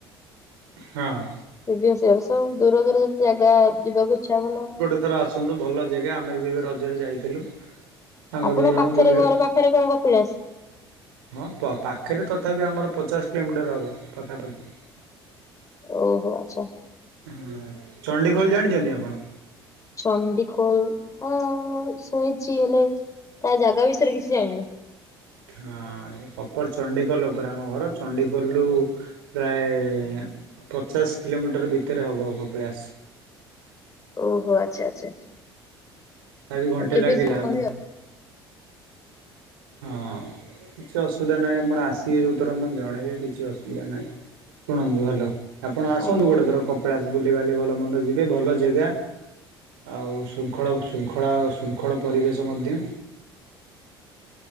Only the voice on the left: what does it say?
ପ୍ରିଭିଇୟସ୍ ଇଅର୍ ସବୁ ଦୂର ଦୂର ଯେତେ ଜାଗା ଯିବାକୁ ଇଚ୍ଛା ହବନା
ଆପଣଙ୍କ
ପାଖରେ
ଘର ପାଖରେ କଣ କପିଳ ଆସଛି?
ଓହୋ ଆଚ୍ଛା।
ଚଣ୍ଡିଖୋଲ ହ ଶୁଣିଛି ହେଲେ ତା ଜାଗା ବିଷୟରେ କିଛି ଜାଣିନି।
ଓହୋ ଆଚ୍ଛା, ଆଚ୍ଛା, ଆଚ୍ଛା।
କେବେ
ଯିବି କହିବି ଆଉ।
ଆଜ୍ଞା।